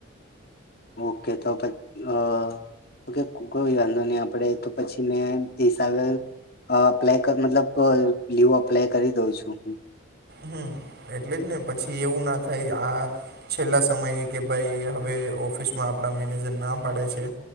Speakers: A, on the left; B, on the right.
A: ઓકે તો પછ અ.. કે કોઈ વાંધો નહી આપણેે તો પછી મેં હિસાબે અ બ્લેક મતલબ લીવ અપ્લાય કરી દઉં છું હું
B: હમ એટલે જ ને પછી એવું ના થાય આ છેલ્લા સમયે કે ભાઈ હવે ઓફિસમાં આપણા મેનેજર ના પાડે છે